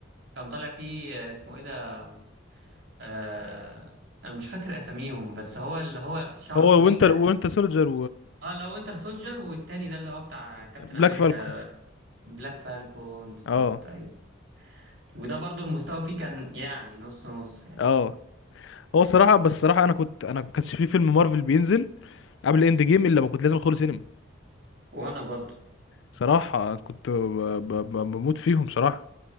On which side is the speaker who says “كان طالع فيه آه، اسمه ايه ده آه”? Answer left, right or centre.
Right